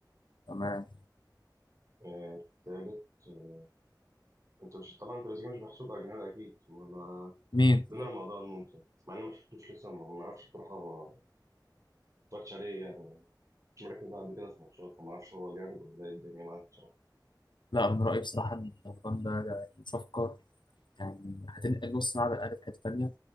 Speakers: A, on the left (about 85°); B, on the right (about 45°).
A: تمام
B: آه، التالت آه، انت مش طبعا تريزيجيه مش محسوب اجنبي اكيد ولا
A: مين؟
B: بين رمضان ممكن مع اني ما شفتوش لسه ما ما اعرفش بصراحه ما اتفرجتش عليه يعني مركز بعد كده في ماتشات ما اعرفش هو جامد ولا ايه الدنيا معاه بصراحه
A: لا من رأيي بصراحة إن الأفغان ده يعني صفقة يعني هتنقل نص ملعب الأهلي في حتة تانية